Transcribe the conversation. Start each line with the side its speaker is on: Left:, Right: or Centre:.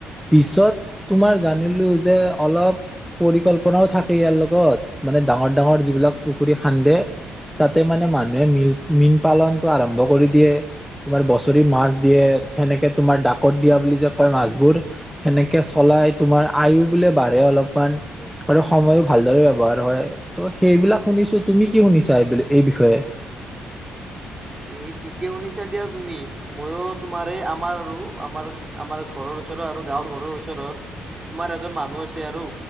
Centre: পিছত তোমাৰ জানিলোঁ যে অলপ পৰিকল্পনাও থাকে ইয়াৰ লগত মানে ডাঙৰ- ডাঙৰ যিবিলাক পুখুৰী খান্দে তাতে মান- মানুহে মী মীন পালনটো আৰম্ভ কৰি দিয়ে। তোমাৰ বছৰি মাছ দিয়ে সেনেকে তোমাৰ ডাকত দিয়া বুলি যে কয় মাছবোৰ সেনেকে- চলাই তোমাৰ আয়ু বোলে বাঢ়ে অলপমান আৰু সময়ো ভালদৰে ব্যৱহাৰ হয় ত সেই- বিলাক শুনিছো তুমি কি শুনিছা এইব এই বিষয়ে?
Right: এ ঠিকে শুনিছা দিয়া তুমি। মইয়ো তোমাৰ এই আমাৰ আৰু আমাৰ আমাৰ ঘৰৰ ওচৰ- ৰ আৰু গাঁৱৰ ঘৰৰ ওচৰ- তোমাৰ এজন মানুহ আছে আৰু